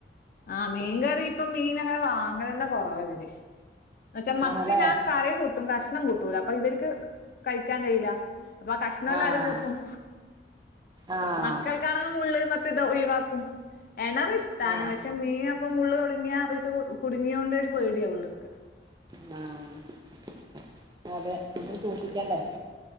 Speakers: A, on the left (about 50°); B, on the right (about 25°).
A: ആഹ് മീൻ കറിപ്പ മീൻങ്ങനെ വാങ്ങലന്ന കുറവാവര് വെച്ചാ മത്തിനാൻ
B: ആണല്ലേ
A: കറി കൂട്ടും കഷ്ണം കൂട്ടൂല അപ്പൊ വർക്ക് കഴിക്കാൻ കയൂല്ല അപ്പൊ കഷണന്നാര്
B: ആഹ്
A: കൂട്ടും
B: ആഹ്
A: മക്കൾ <unintelligible> ള്ള് ഇത് ഒഴിവാക്കും എണറിഷ്ടാണ്
B: ആഹ്
A: പക്ഷേ മീനപ്പം മുള്ള് തുടുങ്ങിയ അവർക്ക് കുടുങ്ങിയോണ്ടരു പേടിയാ ഉള്ള്ക്ക്
B: ആഹ് അതെ നമ്മൾ സൂക്ഷിക്കണ്ടേ